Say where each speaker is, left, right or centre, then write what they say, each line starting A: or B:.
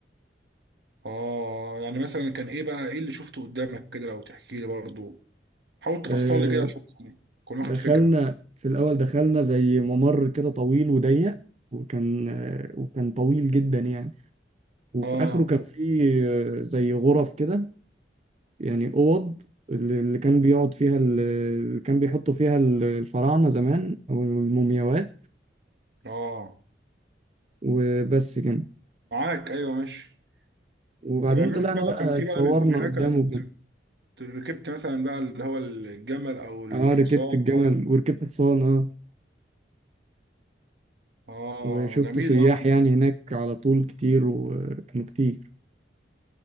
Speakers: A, on the right (about 65°); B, on the right (about 35°).
A: اه يعني مثلا كان ايه بقى ايه اللي شفته قدامك كده لو تحكي لي برضه حاول تفصل
B: اه،
A: لي كده عشان كنت واخد
B: دخلنا
A: فكره
B: في الاول دخلنا زي ممر كده طويل وضيق وكان اه، وكان طويل جدا يعني وفي
A: اه
B: اخره كان فيه اه، زي غرف كده يعني اوض اللي اللي كان بيقعد فيها ال- اللي كان بيحطوا فيها ال- الفراعنة زمان او المومياوات
A: اه
B: وبس كده
A: معاك ايوه ماشي
B: وبعدين
A: طب عملت
B: طلعنا
A: بقى
B: بقى
A: كان في
B: اتصورنا
A: بقى بيكون هناك
B: قدامه
A: انا كنت
B: كان
A: ركبت مثلا بقى اللي هو الجمل او الحصان
B: اه ركبت الجمل
A: حاجه
B: وركبت حصان اه
A: اه
B: وشفت
A: جميل
B: سياح
A: قوي
B: يعني هناك على طول كتير وكانوا كتير